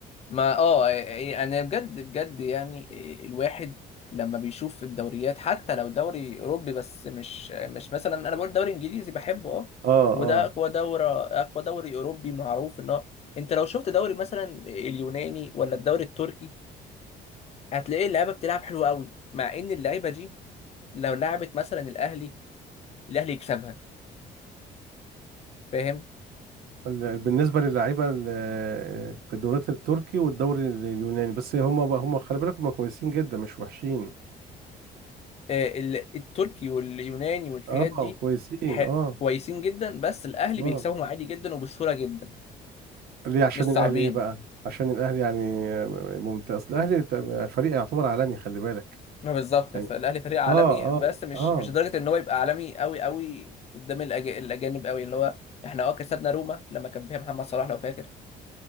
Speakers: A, on the left; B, on the right.
A: ما اه إيه، إيه، يعني انا بجد بجد يعني إيه، الواحد لما بيشوف الدوريات حتى لو دوري اوروبي بس مش مش مثلا انا بقول دوري انجليزي بحبه اه
B: اه
A: وده
B: اه
A: اقوى دوري اقوى دوري اوروبي معروف ان هو انت لو شفت دوري مثلا اليوناني ولا الدوري التركي هتلاقي اللعيبه بتلعب حلو قوي مع ان اللعيبه دي لو لعبت مثلا الاهلي الاهلي يكسبها فاهم
B: ال- بالنسبة للعيبة ال- في الدوريات التركي والدوري اليوناني بس هم هم خلي بالك هم كويسين جدا مش وحشين
A: آه، ال- التركي واليوناني والحاجات
B: اه
A: دي
B: كويسين
A: ح-
B: اه
A: كويسين جدا بس الاهلي
B: اه
A: بيكسبهم عادي جدا وبسهوله جدا
B: ليه عشان
A: مش
B: الأهلي
A: صعبين
B: ايه بقى عشان الأهلي يعني ممتاز الأهلي فريق يعتبر عالمي خلي بالك
A: ما بالظبط
B: يعني
A: فالاهلي فريق عالمي
B: اه اه
A: بس مش
B: اه
A: مش لدرجه ان هو يبقى عالمي قوي قوي قدام الأج... الاجانب قوي اللي هو احنا اه كسبنا روما لما كان فيها محمد صلاح لو فاكر